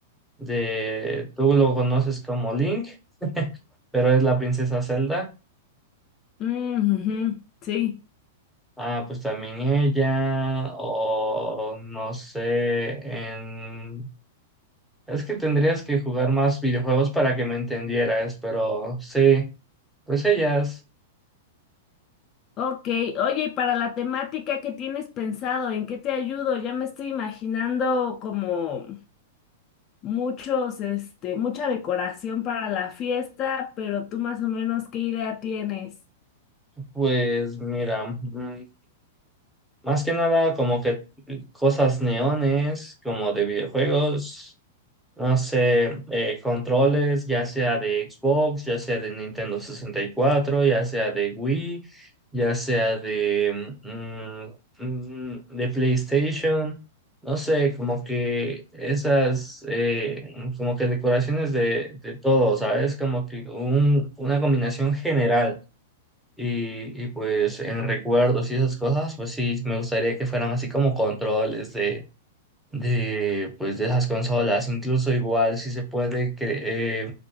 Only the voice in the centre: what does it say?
de, tú lo conoces como Link, pero es la princesa Zelda.
Ah, pues también ella, o no sé, en... Es que tendrías que jugar más videojuegos para que me entendieras, pero sí, pues ellas,
pues mira, mm, más que nada como que cosas neones, como de videojuegos, no sé, eh, controles, ya sea de Xbox, ya sea de Nintendo sesenta y cuatro ya sea de Wii, ya sea de, mm, mm, de PlayStation, no sé, como que esas, eh, como que decoraciones de, de todo, ¿sabes? Como que un- una combinación general. Y, y pues en recuerdos y esas cosas, pues sí, me gustaría que fueran así como controles de, de, pues, de esas consolas. Incluso igual si se puede cre- eh,